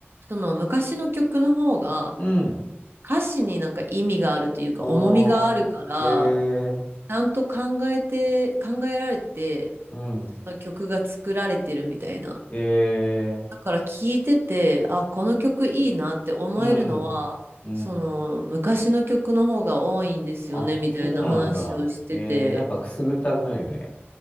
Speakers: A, on the right; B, on the left.
A: その昔の曲の方が、
B: うん、
A: 歌詞になんか意味があるというか、
B: あー、
A: 重みがあるから、
B: へえ、
A: ちゃんと考えて、考えられて、
B: うん、
A: その曲が作られてるみたいな。
B: へえ、
A: だから聞いてて、あ、この曲いいなって思えるのは、
B: うん、うん。
A: その昔の曲の方が多いんですよね、
B: あ、
A: みたいな話をしてて。
B: そうなんだ。へえ、なんかくすぐったくなるよね。